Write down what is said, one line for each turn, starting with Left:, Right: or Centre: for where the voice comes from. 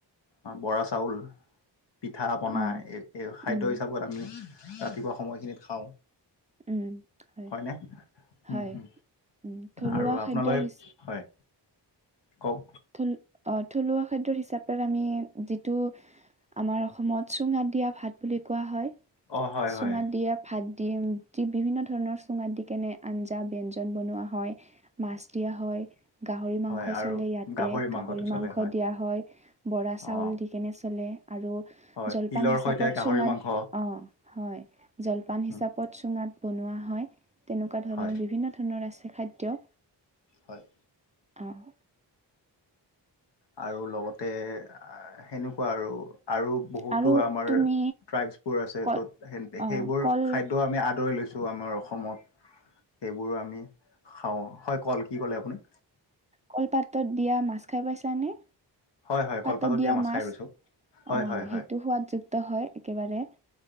Left: বৰা চাউল পিঠা পনা
Right: উম,
Left: এই খাদ্য
Right: উম,
Left: হিচাপত আমি ৰাতিপুৱা সময়খিনিত খাওঁ।
Right: উম, হয়।
Left: হয়নে,
Right: হয়
Left: উম, হম
Right: উম থলুৱা
Left: আৰু আপোনালোকে
Right: খাদ্যৰ হিচ
Left: হয়। কওক।
Right: থ থলুৱা খাদ্যৰ হিচাপে আমি যিটো আমাৰ অসমত চুঙা দিয়া ভাত বুলি কোৱা হয়
Left: অ হয়
Right: চুঙা
Left: হয়
Right: দিয়া ভাত দিয়ে। বিভিন্ন ধৰণৰ চুঙাত দি কেনে আঞ্জা ব্যঞ্জন বনোৱা হয়। মাছ দিয়া হয়, গাহৰি
Left: হয়
Right: মাংস
Left: আৰু
Right: চলে ইয়াত।
Left: মাংসটো
Right: গাহৰি মাংস
Left: চলে
Right: দিয়া হয় বৰা চাউল
Left: অ
Right: দি কেনে চলে আৰু
Left: হয়
Right: জলপান
Left: তিলৰ
Right: হিচাপত
Left: সৈতে গাহৰি
Right: চুঙাত,
Left: মাংস
Right: অ', হয় জ পান
Left: উম
Right: হিচাপত চুঙাত বনোৱা হয় তেনেকুৱা ধৰণৰ
Left: হয়
Right: বিভিন্ন ধৰণৰ আছে খাদ্য।
Left: হয়।
Right: অ'।
Left: আৰু লগতে সেনেকুৱা আৰু আৰু বহুতো
Right: আৰু
Left: আমাৰ
Right: তুমি
Left: ট্ৰাইবছবোৰ আছে
Right: কল
Left: ত'ত সে
Right: অ
Left: সেইবোৰ
Right: কল
Left: খাদ্যও আমি আদৰি লৈছো আমাৰ অসমত সেইবোৰ আমি খাওঁ হয় কল কি ক'লে আপুনি?
Right: কলপাতত দিয়া মাছ খাই পাইছা নে?
Left: হয় হয়
Right: পাতত
Left: কলপাতত
Right: দিয়া মাছ
Left: খাই পাইছোঁ হয়
Right: অ',
Left: হয় হয়
Right: সেইটো সোৱাদযুক্ত হয় একেবাৰে।